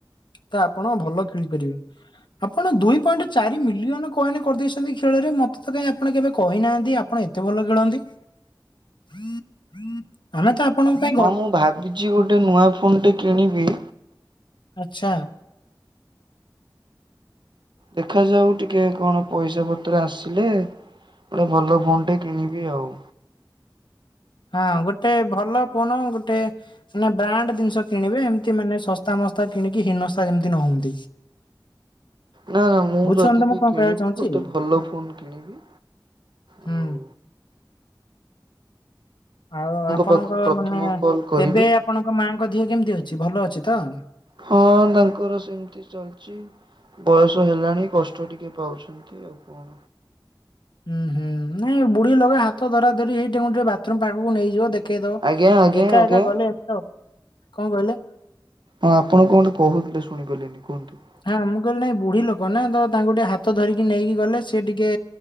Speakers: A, on the left (about 70°); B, on the right (about 65°).
A: ତ ଆପଣ ଭଲ ଖେଳିପାରିବେ। ଆପଣ ଦୁଇ ପଏଣ୍ଟ ଚାରି ମିଲିୟନ କଏନ କରିଦେଇଛନ୍ତି ଖେଳରେ ମତେ ତ କାହିଁ ଆପଣ କେବେ କହିନାହାନ୍ତି ଆପଣ ଏତ୍ ଏତେ ଭଲ ଖେଳନ୍ତି? ହୁଁ ହୁଁ। ଆମେ ତ ଆପଣଙ୍କ ପାଇଁ
B: ହଁ, ମୁଁ ଭାବିଛି ଗୋଟେ ନୂଆ ଫୋନ୍ ଟେ କିଣିବି।
A: ଆଚ୍ଛା
B: ଦେଖାଯାଉ ଟିକେ କଣ ପଇସା ପତ୍ର ଆସିଲେ ଗୋଟେ ଭଲ ଫୋନ୍ ଟେ କିଣିବି ଆଉ।
A: ହଁ, ଗୋଟେ ଭଲ ଫୋନ ଗୋଟେ ସିନା ବ୍ରାଣ୍ଡ ଜିନିଷ କିଣିବେ ଏମିତି ମାନେ ଶସ୍ତା ମସ୍ତା କିଣିକି ହିନସ୍ତା ଯେମିତି ନ ହୁଅନ୍ତି। <inaudible>
B: ନା ମୁଁ
A: ବୁଝୁଛନ୍ତି
B: ଯଦି
A: ମୁଁ
B: ବି
A: କଣ
B: କିଣିବି
A: କହିବାକୁ ଚାହୁଁଛି
B: ଗୋଟେ ଭଲ ଫୋନ୍ କିଣିବି
A: ହୁଁ
B: ଆଉ
A: ଆଉ ଆପଣଙ୍କ
B: ପାଖକୁ ପ୍ରଥମ
A: ମାନେ
B: କଲ୍ କରିବି।
A: ଏବେ ଆପ ଆପଣଙ୍କ ମାଆଙ୍କ ଦିହ କେମିତି ଅଛି ଭଲ ଅଛି ତ?
B: ହଁ, ତାଙ୍କର ସେମିତି ଚାଲିଛି। ଚି ବୟସ ହେଲାଣି କଷ୍ଟ ଟିକେ ପାଉଛନ୍ତି ଆଉ କଣ।
A: ହୁଁ, ହୁଁ ନାଇଁ ବୁଢୀ ଲୋକ ହାତ ଧରା ଧରି ହେଇଟିକେ ବାଥରୁମ୍ ପାଖକୁ ନେଇଯିବ ଦେଖ କେ ଦବ
B: ଆଜ୍ଞା ଆଜ୍ଞା
A: ଦେଖ
B: ଆଜ୍ଞା
A: ଏକା କଲେ ଏମିତି ତ କଣ କହିଲେ?
B: ହଁ, ଆପଣ କଣ ଗୋଟେ କହୁଥିଲେ ଶୁଣି ପାରିଲିନି କୁହନ୍ତୁ।
A: ହଁ ମୁଁ କହିଲି ନାାଇ ବୁଢୀ ଲୋକ ନା ତ ତାଙ୍କୁ ଟିକେ ହାତ ଧରିକି ନେଇକି ଗଲେ ସେ ଟିକେ